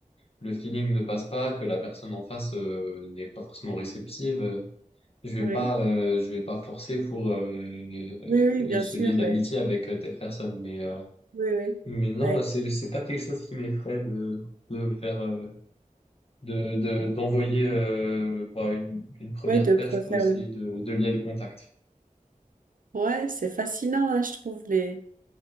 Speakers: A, on the left (about 45°); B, on the right (about 75°).
A: le feeling ne passe pas, que la personne en face, euh, n'est pas forcément réceptive, euh, je vais
B: oui,
A: pas, euh, je vais pas forcer pour, euh,
B: oui, bien
A: euh, se
B: sûr,
A: lier d'amitié
B: ouais.
A: avec euh, telle personne. Mais, euh,
B: Oui, oui,
A: mais non,
B: ouais.
A: c'est, c'est pas quelque chose qui m'effraie de, de faire, euh, de, de- d'envoyer euh, bah, une, une première
B: Ouais, de
A: perche
B: préférer
A: pour essayer
B: le...
A: de, de lier le contact.
B: Ouais, c'est fascinant, hein, je trouve, les,